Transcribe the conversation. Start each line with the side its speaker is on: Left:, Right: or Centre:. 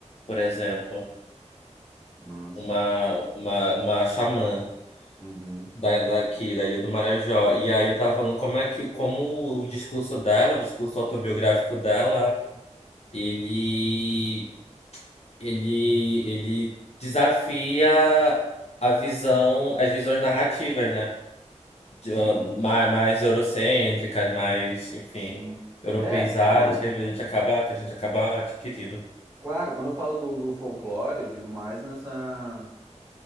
Left: por exemplo,
Right: nossa,
Left: uma uma, uma xamã
Right: uhum,
Left: da, daqui, da Ilha do Marajó. E aí eu tava falando como é que como o discurso dela, o discurso autobiográfico dela, ele Ele, ele desafia a visão, as visões narrativas, né? De,
Right: sim,
Left: ah, mais, mais eurocêntricas, mais, enfim,
Right: sim.
Left: europeizadas
Right: É, não,
Left: que a gente acaba, que a gente acaba adquirindo.
Right: claro, quando eu falo do, do folclore, eu digo mais nessa